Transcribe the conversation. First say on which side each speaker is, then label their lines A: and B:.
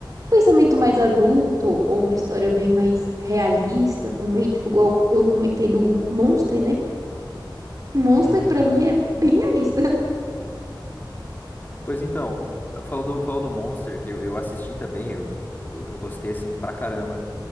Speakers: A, on the right (about 45°); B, on the left (about 20°).
A: pensamento mais adulto ou uma história bem mais realista também, tipo igual eu comentei do Monster, né? Monster
B: Uhum.
A: pra mim é bem realista.
B: Pois então, falou do, falou do Monster, que eu, eu assisti também, eu, eu, eu gostei, assim, pra caramba.